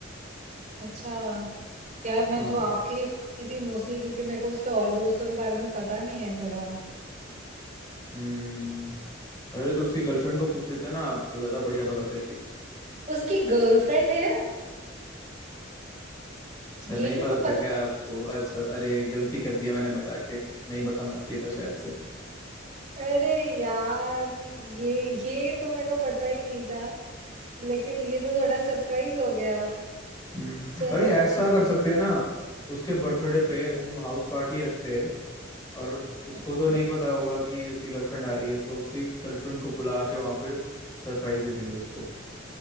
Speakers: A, on the right; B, on the left.
A: अच्छा यार मैं
B: हाँ
A: तो आपके ही में थी मोस्टली क्योंकि मेरे को उसके और दोस्तों के बारे में पता नहीं है थोड़ा
B: हम्म अरे तो उसकी गर्लफ्रेंड को पूछ लेते ना आप वो ज्यादा बढ़िया बता देती
A: उसकी गर्लफ्रेंड है
B: अच्छा
A: ये
B: नहीं पता
A: मेरे को
B: था
A: पता
B: क्या आपको अच्छा अरे गलती कर दिया मैंने बता के नहीं बताना चाहिए था शायद से
A: अरे यार ये ये तो मेरे को पता ही नहीं था लेकिन ये तो थोड़ा सरप्राइज हो गया
B: हम्म
A: चलो
B: अरे ऐसा कर सकते हैं ना उसके बर्थडे पे हम हाउस पार्टी रखते हैं और उसको
A: अच्छा।
B: तो नहीं पता होगा कि उसकी गर्लफ्रेंड आ रही है तो उसकी गर्लफ्रेंड को बुला के वहां पे सरप्राइज दे देंगे उसको